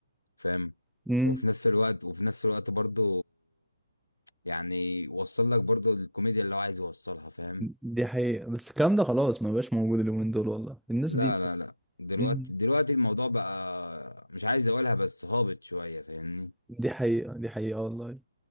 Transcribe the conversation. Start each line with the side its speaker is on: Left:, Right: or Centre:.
Left: فاهم
Centre: مم.
Left: وفي نفس الوقت وفي نفس الوقت برضه يعني وصل لك برضو الكوميديا اللي هو عايز يوصلها فاهم
Centre: دي حقيقة بس الكلام ده خلاص ما بقاش موجود اليومين دول والله الناس
Left: لا
Centre: دي
Left: لا لا دلوقتي
Centre: مم.
Left: دلوقتي الموضوع بقى مش عايز اقولها بس هابط شوية فاهمني
Centre: دي حقيقة دي حقيقة والله